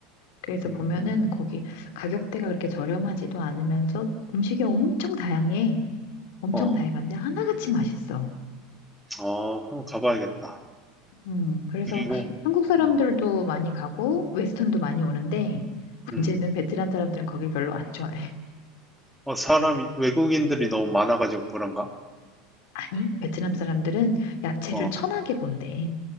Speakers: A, on the left (about 65°); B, in the centre.
A: 그래서
B: 음,
A: 보면은 거기 가격대가 그렇게 저렴하지도 않으면서 음식이 엄청 다양해. 엄청
B: 어,
A: 다양한데 하나같이 맛있어.
B: 어, 한번 가봐야겠다.
A: 음, 그래서
B: 그리고,
A: 한국 사람들도
B: 음,
A: 많이 가고 웨스턴도 많이 오는데
B: 음,
A: 문제는 베트남 사람들은 거길 별로 안 좋아해.
B: 어, 사람이, 외국인들이 너무 많아가지고 그런가?
A: 아니, 베트남 사람들은 야채를
B: 어,
A: 천하게 본대.